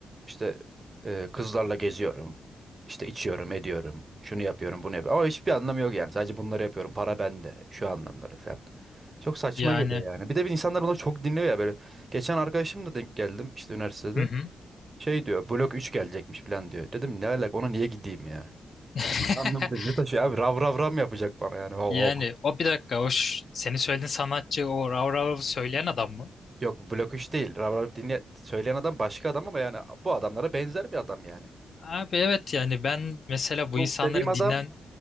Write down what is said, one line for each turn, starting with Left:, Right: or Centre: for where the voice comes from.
Right: işte e, kızlarla geziyorum. İşte içiyorum, ediyorum. Şunu yapıyorum, bunu yapıyorum. Ama hiçbir anlamı yok yani. Sadece bunları yapıyorum. Para bende. Şu anlamları falan. Çok saçma
Left: Yani
Right: geliyor yani. Bir de bir insanlar bunu çok dinliyor ya böyle. Geçen arkadaşımla denk geldim işte üniversitede.
Left: hı hı.
Right: Şey diyor blok 3 gelecekmiş falan diyor. Dedim ne alaka ona niye gideyim ya?
Left: <laughs>
Right: Yani ne anlamı ne taşıyor abi rav rav rav mı yapacak bana yani Hav
Left: Yani
Right: hav.
Left: o bir dakika o ş- senin söylediğin sanatçı o rav rav söyleyen adam mı?
Right: Yok blok 3 değil rav rav dinle söyleyen adam başka adam ama yani bu adamlara benzer bir adam yani.
Left: Abi evet yani ben mesela bu
Right: Bu
Left: insanların
Right: dediğim adam,
Left: dinlen